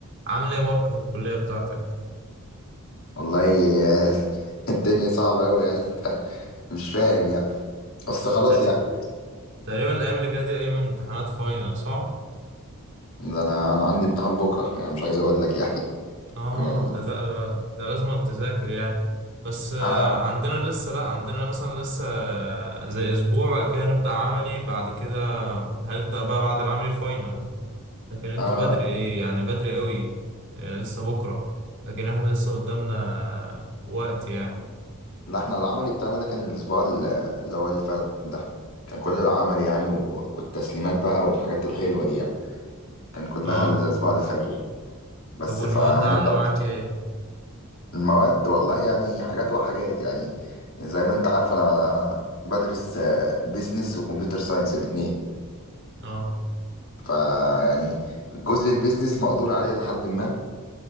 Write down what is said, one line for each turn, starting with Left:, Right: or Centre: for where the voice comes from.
Right: عامل ايه يا مارك في الكلية بتاعتك؟
Left: والله <laughs> آه، الدنيا صعبة أوي يعني <laughs> أنت مش فاهم يعني أصل خلاص
Right: بت-
Left: يعني
Right: تقريبا الأيام اللي جاية دي أيام امتحانات فاينل صح؟
Left: ده أنا أنا عندي امتحان بكرة يعني مش عايز أقول لك يعني <laughs>
Right: اه
Left: يعني
Right: ده لا لا، ده لازم أن تذاكر يعني بس آه،
Left: آه
Right: عندنا لسه لا عندنا مثلا لسه آه، زي أسبوع بعد كده هنبدأ عملي بعد كده هنبدأ بقى بعد العملي فاينل لكن انتوا
Left: آه
Right: بدري ايه يعني بدري قوي آه، لسه بكرة لكن احنا لسه قدامنا آه، وقت يعني
Left: لا إحنا العملي بتاعنا ده كان الأسبوع ال- اللي هو اللي فات ده كان كل العمل يعني و- والتسليمات بقى والحاجات الحلوة دي يعني كان كلها
Right: اه
Left: الأسبوع اللي فات بس
Right: طب والمواد
Left: فهنبدأ
Right: عاملة معاك ايه؟
Left: المواد والله يعني حاجات وحاجات يعني زي ما أنت عارف أنا بدرس بيزنس وكمبيوتر ساينس الاتنين
Right: اه
Left: فيعني جزء البيزنس مقدور عليه لحد ما